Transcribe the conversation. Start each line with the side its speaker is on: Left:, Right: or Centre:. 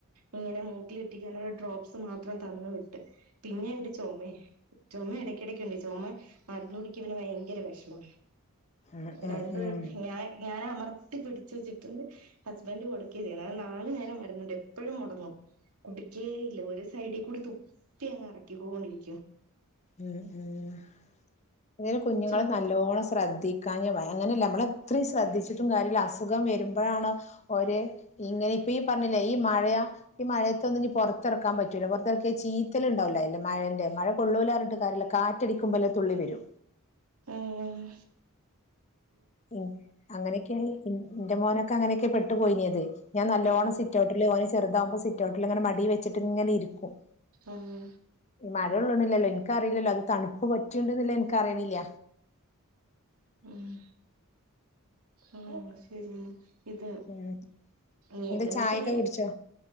Right: ഇങ്ങനെ മൂക്കിലിറ്റിക്കാനുള്ള ഡ്രോപ്സ് മാത്രം തന്നു വിട്ട്. പിന്നെ ഇണ്ട് ചുമ, ചുമ ഇടയ്ക്കിടയ്ക്കുണ്ട്. ചുമ മരുന്ന് കുടിക്കാൻ ഇവന് വയങ്കര വിഷമാ.
Left: ഉം ഉം
Right: രണ്ടു
Left: ഉം
Right: ഒരു ഞ ഞാന അമർ ത്തി പിടിച്ച് വെച്ചിട്ടുണ്ട് ഹസ്ബൻഡ് കൊടുക്കുക ചെയ്യുന്നത്. അത് നാലു നേരം മരുന്നുണ്ട്, എപ്പഴും മുടങ്ങും. കുടിക്കേ ഇല്ല ഒരു സൈഡിൽ കൂടി തുപ്പി അങ്ങ് എറക്കിക്കൊണ്ടിരിക്ക്.
Left: ഉം, ഉം ഇങ്ങനെ കുഞ്ഞുങ്ങളെ
Right: ചോ
Left: നല്ലോണം ശ്രദ്ധി ക്കാഞ്ഞ വയ അങ്ങനെയല്ല നമ്മളെത്രയും ശ്രദ്ധിച്ചിട്ടും കാര്യമില്ല അസുഖം വരുമ്പോഴാണ് ഓര് ഇങ്ങനെ ഇപ്പ ഈ പറഞ്ഞില്ലേ ഈ മഴ ഈ മഴത്തൊന്നും ഇഞ്ഞ് പൊറ ത്തെറക്കാൻ പറ്റൂല, പൊറത്തെ റക്കിയ ചീറ്റൽ ഇണ്ടാവുലെ അയിന്റെ മഴന്റെ, മഴ കൊള്ളൂലാർഞ്ഞി ട്ട് കാര്യല്ല കാറ്റടിക്കുംമ്പോല്ലേ തുള്ളി വെരു
Right: ഏഹ്
Left: ഉം, അങ്ങനൊക്കെയാണ് പിന്നെ, ഇന്റെ മോനൊക്കെ അങ്ങനെക്കെ പെട്ടു പോയിനിയത്. ഞാൻ നല്ലോണം
Right: ഓ
Left: സിറ്റ്ഔട്ടില് ഓന് ചെറുതാവുമ്പോ സി റ്റൗട്ടില് അങ്ങനെ മടീവെച്ചിട്ട് ഇങ്ങനെ ഇരിക്കും.
Right: ആഹ്
Left: ഈ മഴൊള്ളുണില്ലല്ലോ ഇൻക്കറീലല്ലോ അത് തണുപ്പ് പറ്റ്ണ്ട്ന്ന് ഇൻക്ക് അറീണില്ല.
Right: ആഹ് ആഹ്, ശെരി ആണ് ഇത്
Left: ഉം
Right: ഏഹ്
Left: എന്താ
Right: പക്ഷെ
Left: ചായൊക്കെ കുടിച്ചോ